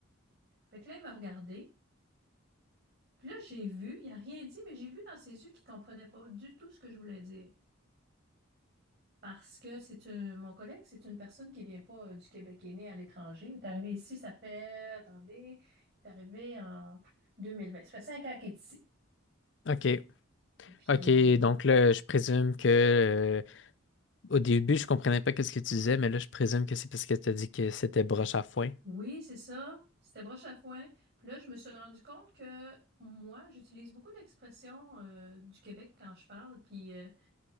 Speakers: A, on the right; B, on the left.
A: Fait que là, il m'a regardé. Puis là, j'ai vu, il a rien dit, mais j'ai vu dans ses yeux qu'il comprenait pas du tout ce que je voulais dire. Parce que c'est un- mon collègue, c'est une personne qui vient pas euh, du Québec, qui est née à l'étranger. Il est arrivé ici, ça fait, attendez, il est arrivé en deux mille vingt Ça fait cinq ans qu'il est ici.
B: OK.
A: Puis
B: OK.
A: euh,
B: Donc là, je présume que euh, au début, je comprenais pas ce que tu disais, mais là, je présume que c'est parce que tu as dit que c'était broche à foin.
A: Oui, c'est ça. C'était broche à foin. Puis là, je me suis rendu compte que moi, j'utilise beaucoup d'expressions euh, du Québec quand je parle. Puis, euh,